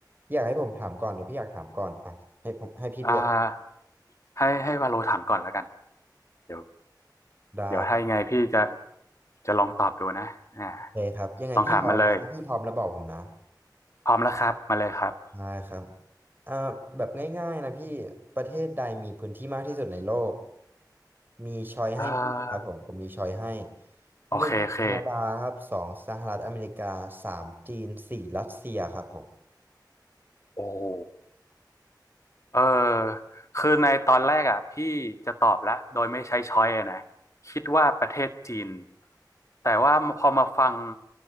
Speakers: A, on the right (about 25°); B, on the left (about 45°).
A: อยากให้ผมถามก่อนหรือพี่อยากถามก่อนอ่ะให้ผมให้พี่เลือก
B: อ่าให้ให้วาโลถามก่อนแล้วกันเดี๋ยว
A: ได้
B: เดี๋ยวถ้ายังไงพี่จะจะลองตอบดูนะอ่า
A: โอเคครับยังไงพี่พร้อมนะถ้าพี่พร้อมแล้วบอกผมนะ
B: ลองถามมาเลย พร้อมแล้วครับ มาเลยครับ
A: ได้ครับเอ่าแบบง่ายๆนะพี่ประเทศใดมีพื้นที่มากที่สุดในโลกมีช้อยให้พี่ครับผมผมมีช้อยให้
B: เออโอเคโอเค
A: หนึ่งแคนาดาครับสองสหรัฐอเมริกาสามจีนสี่รัสเซียครับผม
B: โอ้โห เออคือในตอนแรกอ่ะพี่จะตอบละโดยไม่ใช้ช้อยอะนะคิดว่าประเทศจีนแต่ว่าพอมาฟัง